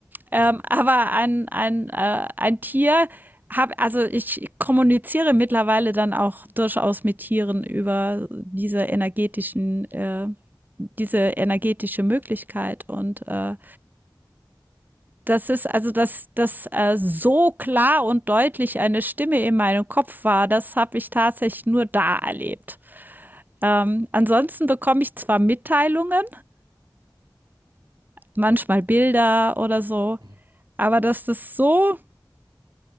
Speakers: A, on the right; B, on the right.
A: Ähm,
B: mhm,
A: aber ein, ein, äh, ein Tier, hab, also ich kommuniziere mittlerweile dann auch durchaus mit Tieren über diese energetischen, äh, diese energetische Möglichkeit. Und äh,
B: mhm,
A: das ist, also dass das äh, so klar und deutlich eine Stimme in meinem Kopf war, das habe ich tatsächlich nur da erlebt. Ähm, ansonsten bekomme ich zwar Mitteilungen, manchmal Bilder oder so.
B: mhm, mhm,
A: Aber dass das so,